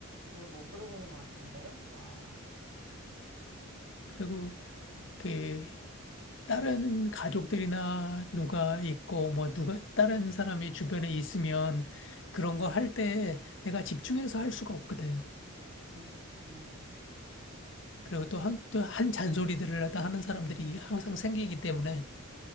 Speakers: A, on the right (about 70°); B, on the left (about 55°).
A: 별로 못 그러고 있는 것 같은데. 와. 음.
B: 그리고 그 다른 가족들이나 누가 있고 뭐 누가 다른 사람이 주변에 있으면 그런 거 할 때 내가 집중해서 할 수가 없거든.
A: 음,
B: 그리고 또 한, 또 한 잔소리들을 하다 하는 사람들이 항상 생기기 때문에